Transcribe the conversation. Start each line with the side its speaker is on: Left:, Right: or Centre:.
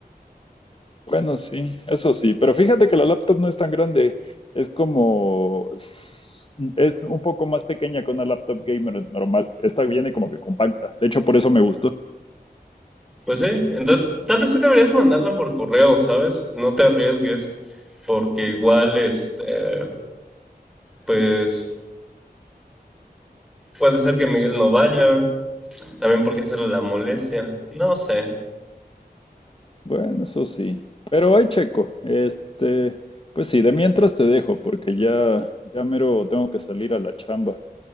Left: bueno, sí, eso sí. Pero fíjate que la laptop no es tan grande. Es como... s- Es un poco más pequeña que una laptop gamer normal. Esta viene como que compacta. De hecho, por eso me gustó.
Centre: Pues sí, entonces tal vez sí deberías mandarla por correo, ¿sabes? No te arriesgues, porque igual, este, pues puede ser que Miguel no vaya, también porque hacerle la molestia, no sé.
Left: Bueno, eso sí. Pero hay checo. Este, pues sí, de mientras te dejo, porque ya, ya mero tengo que salir a la chamba.